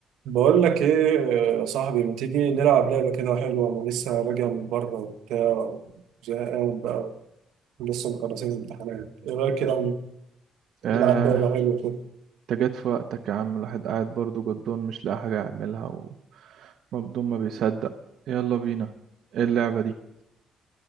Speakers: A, on the right (about 80°); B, on the right (about 70°).
A: بقول لك ايه يا صاحبي ما تيجي نلعب لعبة كده حلوة انا لسه راجع من بره وبتاع زهقان بقى ولسه مخلصين امتحانات ايه رأيك كده
B: آه
A: نلعب لعبة حلوة كده
B: انت جيت في وقتك يا عم الواحد قاعد برضه جدون مش لاقي حاجة يعملها ومبدون ما بيصدق يلا بينا ايه اللعبة دي